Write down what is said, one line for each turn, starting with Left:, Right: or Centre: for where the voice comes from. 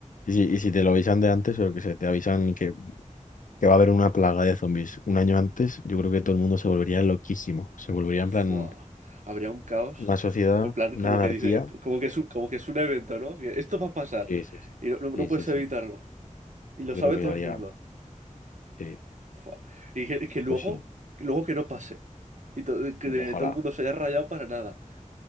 Left: Y si, y si te lo avisan de antes, o que se te avisan que, que va a haber una plaga de zombies un año antes, yo creo que todo el mundo se volvería loquísimo. Se volvería en
Right: Fua,
Left: plan
Right: habría un caos.
Left: una sociedad,
Right: En plan,
Left: una
Right: como
Left: anarquía.
Right: que dice, como que es un, como que es un evento, ¿no? Que esto va a pasar
Left: Sí, sí, sí.
Right: y no, no no
Left: Sí,
Right: puedes
Left: sí, sí.
Right: evitarlo. Y lo
Left: Yo
Right: sabe
Left: creo que
Right: todo
Left: haría,
Right: el mundo.
Left: sí,
Right: Fua. Y que, que luego,
Left: pues sí.
Right: luego que no pase. Y to- eh, que de-
Left: Ojalá.
Right: todo el mundo se haya rayado para nada.